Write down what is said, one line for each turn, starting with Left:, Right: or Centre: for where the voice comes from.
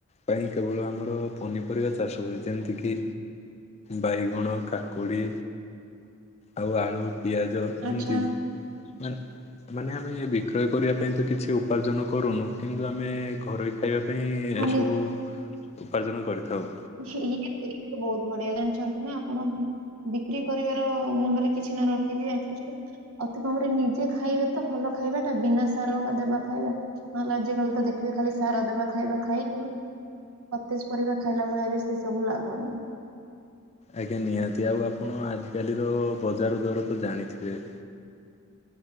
Left: ପାଇଁ କେବଳ ଆମର ପନିପରିବା ଚାଷ ହୁଏ। ଯେମ୍ତି କିି ବାଇଗଣ, କାକୁଡି ଆଉ ଆଳୁ, ପିଆଜ
Right: ଆଚ୍ଛା
Left: ଏମ୍ତି ମାନେ ମାନେ ଆମେ ବିକ୍ରୟ କରିବା ପାଇଁ ତ କିଛି ଉପାର୍ଜନ କରୁନୁ କିନ୍ତୁ ଆମେ ଘରୋଇ ଖାଇବା ପାଇଁ
Right: ମାନେ
Left: ଏସବୁ ଉପାର୍ଜନ କରିଥାଉ।
Right: ଇଏଇଏ ବହୁତ ବଢିଆ ଜାଣିଚନ୍ତି ନା ଆପଣ ବିକ୍ରି କରିବାର ମୁଣ୍ଡରେ କିଛି ନ ରଖିକି <unintelligible> ଅତି କମରେ ନିଜେ ଖାଇବେ ତ ଭଲ ଖାଇବାଟା ବିନା ସାର ଦେବା ଖାଇବା। ହଁ ଲୋ ଆଜିକାଲିତ ଦେଖ୍ ପଥିବେ ଖାଲି ସାର ଦେବା ଖାଇବା ଖାଇକି, ସତେଜ ପରିବା ଖାଇଲା ଭଳିଆ ବି ସେ ସବୁ ଲାଗୁନି।
Left: ଆଜ୍ଞା ନିହାତି, ଆଉ ଆପଣ ଆଜି କାଲିର ବଜାର ଦର ତ ଜାଣିଥିବେ